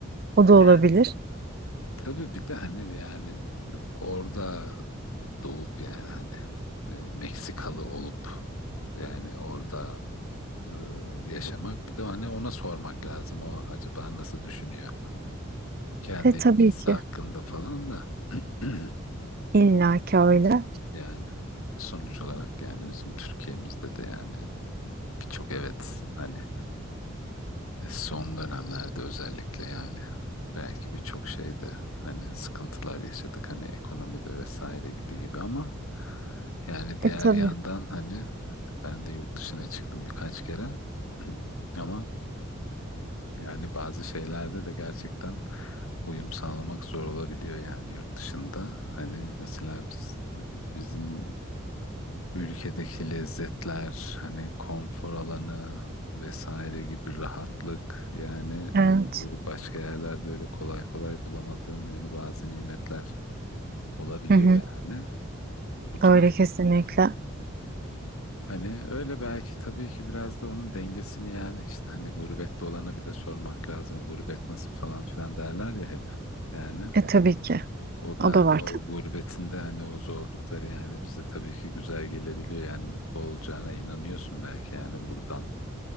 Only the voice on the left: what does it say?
Yani tabii bir de hani yani orada doğup yani hani e, Meksikalı olup yani orada e, yaşamak bir de hani ona sormak lazım o acaba nasıl düşünüyor kendi
ülkesi
hakkında falan da <clears throat>
yani sonuç olarak yani bizim Türkiye'mizde de yani birçok evet hani E, Son dönemlerde özellikle yani belki birçok şeyde hani sıkıntılar yaşadık hani ekonomide vesaire gibi gibi ama yani diğer
yandan hani ben de yurt dışına çıktım birkaç kere <clears throat> ama yani bazı şeylerde de gerçekten uyum sağlamak zor olabiliyor yani yurt dışında. Hani mesela biz, bizim Ülkedeki lezzetler, hani konfor alanı vesaire gibi rahatlık yani
e, başka yerlerde öyle kolay kolay bulamadığın yani bazı nimetler olabiliyor
yani bu tarz.
Hani öyle belki tabii ki biraz da onun dengesini yani işte hani gurbette olana bir de sormak lazım gurbet nasıl falan filan derler ya hep yani.
O
da hani
o gurbetinde hani o zorlukları yani bize tabii ki güzel gelebiliyor yani mutlu olacağına inanıyorsun belki yani buradan